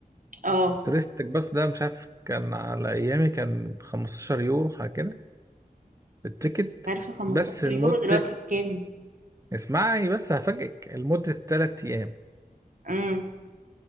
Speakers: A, on the right; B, on the right.
A: اه
B: توريستيك باص ده مش عارف كان على ايامي كان ب 15 يورو حاجة كده التيكت
A: عارفة 15
B: بس لمدة
A: يورو دلوقتي بكام
B: اسمعي بس هفاجئك لمدة 3 ايام
A: امم